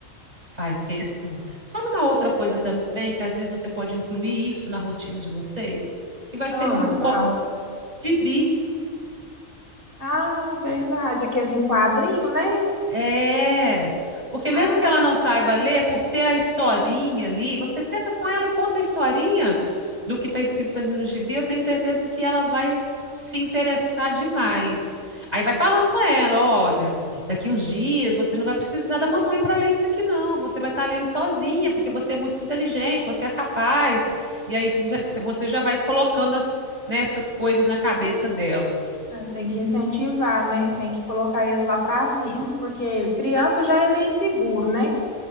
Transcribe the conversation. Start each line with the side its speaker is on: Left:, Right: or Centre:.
Right: Faz questão. Sabe uma outra coisa também que às vezes você pode incluir isso na rotina de vocês, que vai
Left: Ah,
Right: ser muito bom?
Left: fala.
Right: Gibi.
Left: Ah, verdade, aqueles em quadrinho, né?
Right: É, porque mesmo
Left: Ah,
Right: que ela não saiba ler, por ser a historinha ali, você senta com ela, conta a historinha do que está escrito ali no gibi, eu tenho certeza que ela vai se interessar demais. Aí vai falando com ela, olha, daqui uns dias você não vai precisar da mamãe para ler isso aqui não, você vai estar lendo sozinha, porque você é muito inteligente, você é capaz. E aí você já, você já vai colocando as, né, essas coisas na cabeça dela.
Left: é, tem que incentivar, né? Tem que colocar eles lá para cima, porque criança já é meio seguro, né?